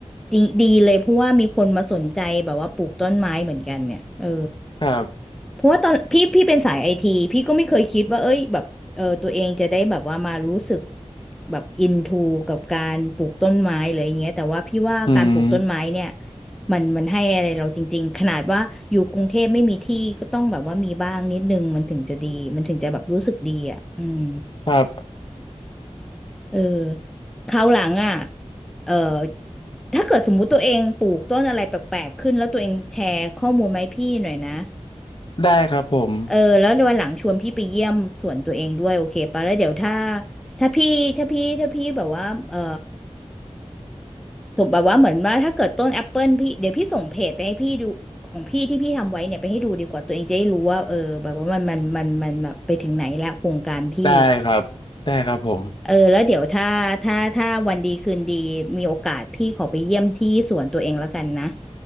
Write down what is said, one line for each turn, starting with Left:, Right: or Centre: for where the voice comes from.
Centre: ดีดีเลยเพราะว่ามีคนมาสนใจแบบว่าปลูกต้นไม้เหมือนกันเนี่ยเออ
Left: ครับ
Centre: เพราะว่าตอนพี่พี่เป็นสายไอทีพี่ก็ไม่เคยคิดว่าเอ้ยแบบเออตัวเองจะได้แบบว่ามารู้สึกแบบอินทูกับการปลูกต้นไม้หรืออย่างเงี้ยแต่ว่าพี่ว่าการปลูกต้นไม้เนี่ย
Left: อืม
Centre: มันมันให้อะไรเราจริงๆขนาดว่าอยู่กรุงเทพไม่มีที่ก็ต้องแบบว่ามีบ้างนิดนึงมันถึงจะดีมันถึงจะแบบรู้สึกดีอ่ะอืม
Left: ครับ
Centre: เออคราวหลังอ่ะเออถ้าเกิดสมมุติตัวเองปลูกต้นอะไรแปลกๆขึ้นแล้วตัวเองแชร์ข้อมูลมาให้พี่หน่อยนะ
Left: ได้ครับผม
Centre: เออแล้ววันหลังชวนพี่ไปเยี่ยมสวนตัวเองด้วยโอเคปะแล้วเดี๋ยวถ้าถ้าพี่ถ้าพี่ถ้าพี่แบบว่าเออสมแบบว่าเหมือนว่าถ้าเกิดต้นแอปเปิลพี่เดี๋ยวพี่ส่งเพจไปให้พี่ดูของพี่ที่พี่ทำไว้เนี่ยไปให้ดูดีกว่าตัวเองจะได้รู้ว่าเออแบบว่ามันมันมันมันแบบไปถึงไหนแล้วโครงการพี่
Left: ได้ครับ ได้ครับผม
Centre: เออแล้วเดี๋ยวถ้าถ้าถ้าวันดีคืนดีมีโอกาสพี่ขอไปเยี่ยมที่สวนตัวเองแล้วกันนะ